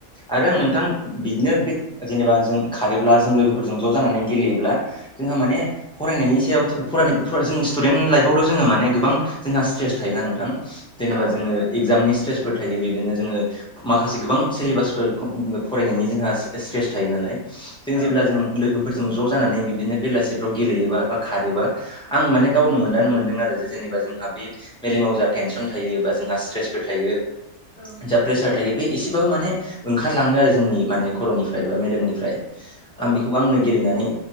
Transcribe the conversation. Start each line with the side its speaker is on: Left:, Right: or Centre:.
Centre: आरो
Left: औ
Centre: नोंथां बिदिनो बे जेनेबा जों खारोब्ला जों लोगोफोरजों ज' जानानै गेलेयोब्ला जोंहा माने फरायनायनि सायावथ' फरायनाय-फराय जों स्टुडेन्ट लाइफआवथ' जोङो माने गोबां जोंहा स्ट्रेस थायोना नोंथां? जेनेबा
Left: औ
Centre: जोङो एगजामनि स्ट्रेसफोर थायो बिदिनो जोङो। माखासे गोबां सिलेबासफोर फरायनायनि जोंहा स्ट्रेस थायो नालाय। जों
Left: औ
Centre: जेब्ला जों लोगोफोरजों ज' जानानै बिदिनो बेलासिफ्राव गेलेयोबा बा खारोबा आं माने गावनो मोनांनो मोनदों आरो जेनेबा जोंहा बे मेलेमाव जा टेन थायो बा जोंहा स्ट्रेसफोर थायो।
Left: औ
Centre: जा प्रेसार थायो बे एसेबाबो माने ओंखारलाङो आरो जोंनि माने खर'निफ्राय बा मेलेमनिफ्राय। आं
Left: औ
Centre: बेखौबो आंनो गेलेनानै